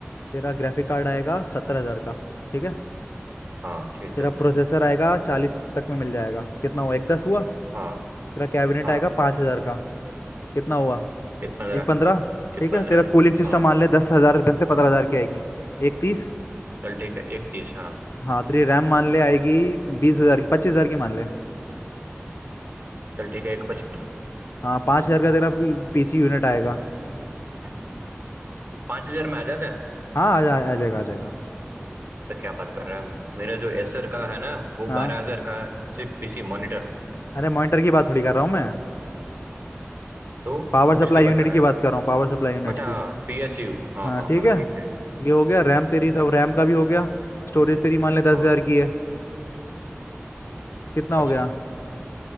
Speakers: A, on the left; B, on the right.
A: तेरा ग्राफिक कार्ड आएगा सत्तर हज़ार का ठीक है
B: हाँ ठीक
A: तेरा
B: है
A: प्रोसेसर आएगा चालीस तक में मिल जाएगा कितना हुआ एक दस हुआ
B: हाँ
A: तेरा कैबिनेट
B: हाँ
A: आएगा पाँच हज़ार का कितना हुआ
B: एक पंद्रह
A: एक पंद्रह
B: एक
A: ठीक
B: पंद्रह
A: है तेरा कूलिंग सिस्टम
B: हाँ
A: मान ले दस हज़ार दस से पंद्रह हज़ार की आएगी एक तीस
B: चल ठीक है एक तीस हाँ
A: हाँ तेरी रैम मान ले आएगी बीस हज़ार की पच्चीस हज़ार की मान ले
B: चल ठीक है एक पचपन
A: हाँ पाँच हज़ार का तेरा पीसी यूनिट आएगा
B: <clears throat> पाँच हजार में आ जाता है
A: हाँ आ जा आ जाएगा आ जाएगा
B: अरे क्या बात कर रहा है मेरा जो एसर का है ना वो
A: हाँ
B: बारह हजार का है सिर्फ पीसी मॉनिटर
A: अरे मॉनिटर की बात थोड़ी कर रहा हूँ मैं
B: तो
A: पावर सप्लाई
B: किसकी बात
A: यूनिट
B: कर रहा
A: की
B: है
A: बात कर रहा हूँ पावर सप्लाई यूनिट
B: अच्छा
A: की
B: पीएसयू हाँ
A: हाँ
B: हाँ
A: ठीक
B: हाँ
A: है
B: ठीक है
A: ये हो गया रैम तेरी
B: ठीक
A: सब
B: है ठीक
A: रैम का भी हो गया स्टोरेज तेरी मान ले दस
B: हाँ
A: हज़ार की है कितना
B: अच्छा
A: हो गया